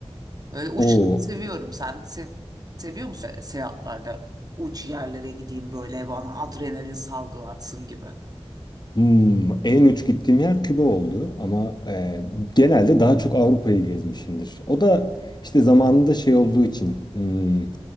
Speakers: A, on the right (about 35°); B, on the left (about 40°).
A: Böyle uç
B: O
A: seviyorum. Sen se- seviyor musun seyahatlerde uç yerlere gideyim böyle bana adrenalin salgılatsın gibi?
B: Hmm, en uç gittiğim yer Küba oldu ama e, genelde daha çok Avrupa'yı gezmişimdir. O da işte zamanında şey olduğu için hmm,